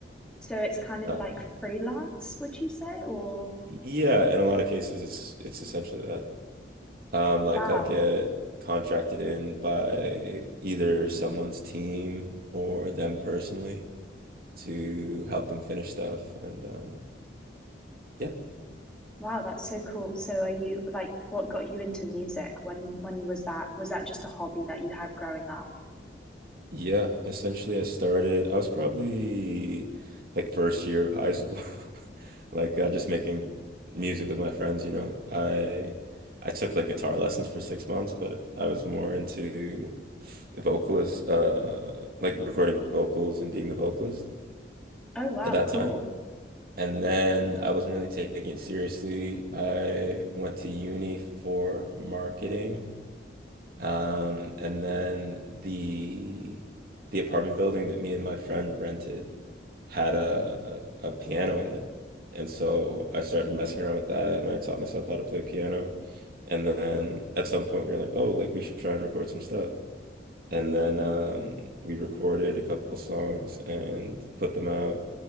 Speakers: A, in the centre; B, on the right.
A: So it's kind of
B: Uh,
A: like freelance, would you say? Or
B: yeah, in a lot of cases, it's it's essentially that. Um, like
A: wow.
B: I'll get contracted in by either someone's team or them personally to help them finish stuff, and um, yeah.
A: Wow, that's so cool. So are you like what got you into music? When when was that? Was that just a hobby that you had growing up?
B: Yeah, essentially I started, I was probably like first year of high school, <laughs> like uh, just making music with my friends, you know. I I took like guitar lessons for six months, but I was more into vocalist, uh, like recording vocals and being the vocalist
A: Oh wow,
B: at that
A: cool.
B: time. And then I wasn't really taking it seriously. I went to uni for marketing um, and then the the apartment building that me and my friend rented had a a piano in it. And so I started messing around with that and I taught myself how to play piano. And then at some point we were like, oh, like we should try and record some stuff. And then um, we recorded a couple songs and put them out.